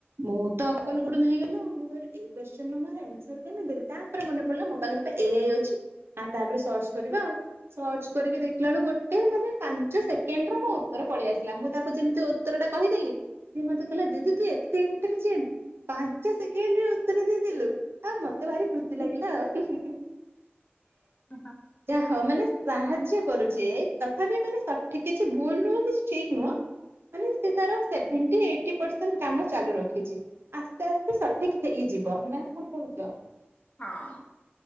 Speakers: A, on the right; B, on the left.
A: ମୁଁ ତ ଅକଲ ଗୁଡୁମ ହେଇଗଲି ଆଉ, ମୁଁ କହିଲି ଏ କ୍ୱେଶ୍ଚିଁନ୍ ନମ୍ବର୍ ମୁଁ ଅନ୍ସ୍ଵର କେମତୀ, ଦେବି ତାପରେ ମନେ ପଡିଲା ମୋ ପାଖରେ ଏ ଆଇ ଅଛି ଆଉ ତାପରେ ସଚ୍ଚ। ଆ ସର୍ଚ୍ଚ କରିକି ଦେଖିଲା ବେଳକୁ ଗୋଟେ ମାନେ ପାଞ୍ଚ ସେକେଣ୍ଡ ମୋ ଉତ୍ତର ପଳେଇ ଆସିଲା, ମୁଁ ତାକୁ ଯେମିତି ଉତ୍ତର ଟା କହିଦେଲି ସେ ମତେ କହିଲା ଦିଦି ତୁ ଏତେ ଇଣ୍ଟେଲିଜେଣ୍ଟ ପାଞ୍ଚ ସେକେଣ୍ଡ ଉତ୍ତର ଦେଇଦେଲୁ ଆଉ ମତେ ଭାରି ଖୁସି ଲାଗିଲା ଆଉ।
B: ହ ହଁ।
A: ହଁ ମାନେ ସାହାଯ୍ୟ କରୁଛେ ତଥାପି ମାନେ ସଠିକ କିଛି ଭୁଲ ନୁହଁ କିଛି ଠିକ ନୁହଁ ମାନେ ସେ ତାର ସେଭେଣ୍ଟି ଏଇଟି ପରସେଣ୍ଟ କାମ ଚାଲୁ ରଖିଛି ଆସ୍ତେ ଆସ୍ତେ ସଠିକ୍ ହେଇଯିବ, ନା କଣ କହୁଛ।
B: ହଁ।